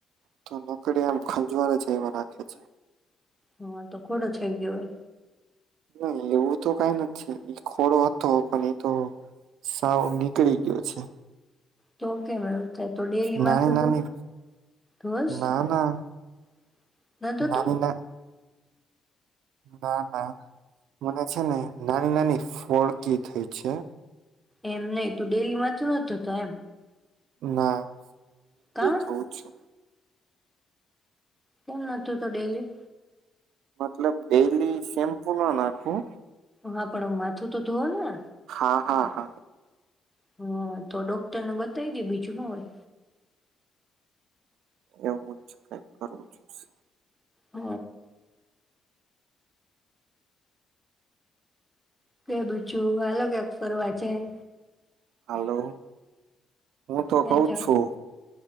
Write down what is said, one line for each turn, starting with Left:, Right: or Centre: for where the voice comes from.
Right: તો નકડી આમ ખંજવારા જ એવા રાખે છે.
Centre: હા તો ખોડો થઈ ગયો એ.
Right: નહી એવું તો કઈ નથી છે, એ ખોડો હતો પણ એતો સાવ નીકળી ગયો છે.
Centre: તો કેમ? તો ડેરી
Right: નાની
Centre: માં તો
Right: નાની
Centre: <inaudible>
Right: ના ના
Centre: નતો
Right: નાની
Centre: તો.
Right: ના ના ના મને છે ને નાની નાની ફોડકી થઈ છે.
Centre: એમ નહિ તું ડેરીમાં <inaudible> નતો તો એમ.
Right: ના.
Centre: કા
Right: એ થવું છું.
Centre: કેમ નોતું તો ડેલી?
Right: મતલબ ડેલી શેમ્પુ ના નાખું.
Centre: હ પણ માથું તો ધોવો‌ ને!
Right: હાં, હાં, હાં.
Centre: હાં તો ડોક્ટરને બતાવી દે બીજું ન હોય!
Right: એવું જ કઈક કરવું જોશે.
Centre: હ. કે બીજું હાલો ક્યાંક ફરવા જાએ.
Right: હાલો. હું તો
Centre: ક્યાં
Right: કહું
Centre: જાવ
Right: જ છું.